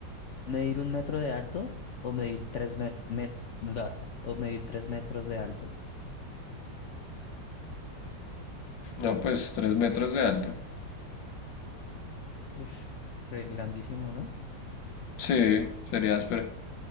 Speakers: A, on the left; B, on the left.
A: medir un metro de alto o medir tres mer- met- bla, o medir tres metros de alto.
B: No, pues tres metros de alto.
A: Ush, re grandísimo, ¿no?
B: Sí, sería áspera.